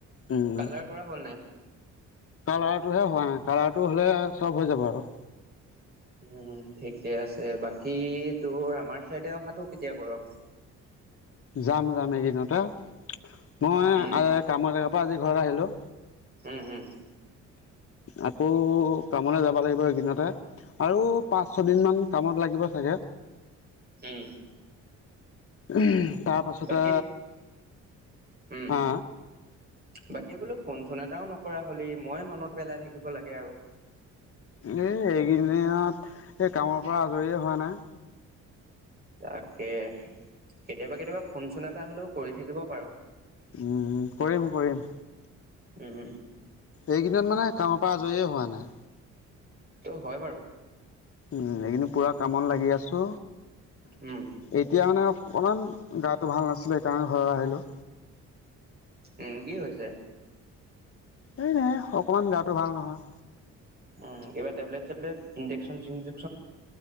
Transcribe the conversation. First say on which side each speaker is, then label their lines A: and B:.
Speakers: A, on the left; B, on the right.
A: উম
B: কালাৰ কৰা হ'ল নাই?
A: কালাৰটোহে হোৱা নাই কালাৰটো হলে চব হৈ যাব আৰু।
B: উম ঠিকে আছে বাকী তোৰ আমাৰ চাইডে অহাটো কেতিয়া কৰো।
A: যাম যাম এইকেদিনতে মই
B: উম
A: আৰু কামৰে। পৰা আজি ঘৰলৈ আহিলো।
B: হম- হম
A: আকৌ কামলৈ যাব লাগিব এইকেদিনতে। আৰু পাঁচ ছয়দিন মান কামত লাগিব চাগে
B: উম
A: উম তাৰপাছতে
B: বাকী উম
A: আ
B: বাকী বোলো ফোন চোন এটাও নকৰা হ'লি মই মনত পেলাই থাকিব লাগে আৰু
A: এ এইকেদিনীয়াত এই কামৰ পৰা আজৰিয়ে হোৱা নাই
B: তাকে কেতিয়াবা কেতিয়াবা ফোন চোন এটা হলেও কৰি থাকিব পাৰো
A: উম কৰিম কৰিম
B: উম
A: এইকেদিনত মানে কামৰ পৰা আজৰিয়ে হোৱা নাই
B: এইটো হয় বাৰু
A: উম এইকেদিন পুৰা কামত লাগি আছো
B: উম
A: এতিয়া মানে অকণমান গাটো ভাল নাছিলে সেইকাৰণে ঘৰত আহিলোঁ
B: উম কি হৈছে
A: এই নাই অকমান গাটো ভাল নহয়
B: উম কিবা টেবলেট চেবলেট ইঞ্জেকচন চিঞ্জেক